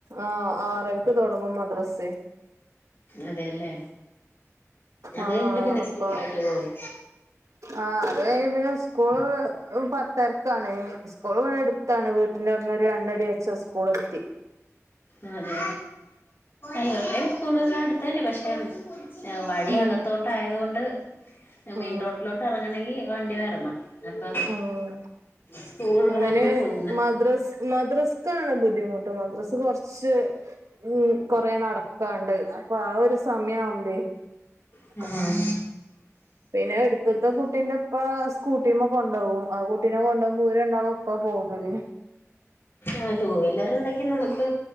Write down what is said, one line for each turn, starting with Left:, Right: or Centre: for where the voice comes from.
Right: ആഹ് ആറരക്ക് തുടങ്ങും മദ്രസയെ
Left: അതെയല്ലേ അത്
Right: ആ
Left: കഴിഞ്ഞിട്ട് പിന്നെ
Right: അപ്പൊ
Left: സ്കൂളിലോട്ട് പോവും
Right: ആഹ് അത് കഴിഞ്ഞ പിന്നെ സ്കൂള് പത്തരക്കാണ് സ്കൂള് ഇവിടെ അടു ത്താണ് വീട്ടിന്റെട്ന്ന് ഒരു രണ്ടടി വെച്ച സ്കൂളെത്തി.
Left: അതെല്ലെ ഇവരുടെയും സ്കൂള അടുത്ത തന്നെ പക്ഷെ <unintelligible> വഴി
Right: ഉം
Left: അകത്തോട്ട് ആയതോണ്ട്
Right: ഉം
Left: മെയിൻ റോട്ടിലോട്ട് എറങ്ങണെങ്കി വണ്ടി വരണം. അപ്പൊ
Right: ഉം
Left: സ്കൂൾ
Right: ഇവന്
Left: അന്ന പോകുന്ന.
Right: മദ്രസ്. മദ്രസ്ക്കാണ് ബുദ്ധിമുട്ട് മദ്രസ്. കൊറച്ച് ഉം കൊറെ നടക്കാണ്ട് അപ്പൊ ആ ഒരു സമയാവുമ്പേ <unintelligible>
Left: ആഹ്
Right: പിന്നെ എടുത്തത്തെ കുട്ടീന്റെ ഇപ്പ സ്കൂട്ടിമ്മ കൊണ്ടോകും ആ കുട്ടിനെ കൊണ്ടോകുമ്പോ ഓര് രണ്ടാളും ഒപ്പ പോകല്.
Left: ആഹ് ടു വീലർ ഇണ്ടെങ്കി നമുക്ക്